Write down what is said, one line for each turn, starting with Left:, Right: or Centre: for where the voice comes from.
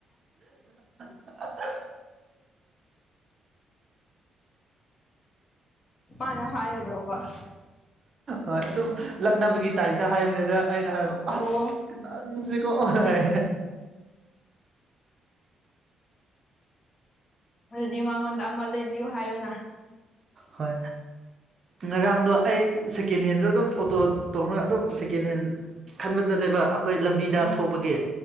Right: <unintelligible>
Left: ꯃꯥꯅ ꯍꯥꯏꯔꯤꯔꯣꯕ
Right: ꯍꯣꯏ ꯑꯗꯨꯝ ꯂꯛꯅꯕꯒꯤ ꯇꯥꯏꯞꯇ ꯍꯥꯏꯕꯅꯤꯗ ꯑꯩꯅ ꯍꯥꯏꯕ
Left: ꯑꯣ
Right: ꯑꯁ ꯀꯅꯥꯅꯣ ꯅꯪꯁꯤ ꯀꯣ ꯍꯥꯢ
Left: ꯑꯗꯨꯗꯤ ꯃꯉꯣꯟꯗ ꯑꯃ ꯂꯩꯕꯤꯌꯨ ꯍꯥꯏꯌꯨꯅ
Right: ꯍꯣꯏ ꯉꯔꯥꯡꯗꯣ ꯑꯩ ꯁꯦꯀꯦꯟ ꯍꯦꯟꯗꯣ ꯑꯗꯨꯝ ꯑꯣꯇꯣ ꯇꯣꯡꯔ ꯑꯗꯨꯝ ꯁꯦꯀꯦꯟ ꯍꯦꯟ ꯈꯟꯕ ꯆꯠꯂꯦꯕ ꯑꯩꯈꯣꯏ ꯂꯝꯕꯤꯗ
Left: ꯎꯝ
Right: ꯊꯣꯛꯄꯒꯤ